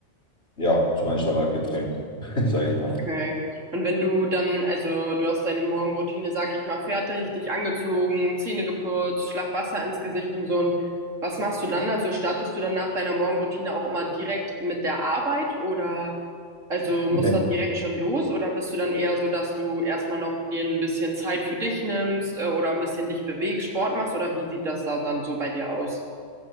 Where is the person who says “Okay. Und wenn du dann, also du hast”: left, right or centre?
Right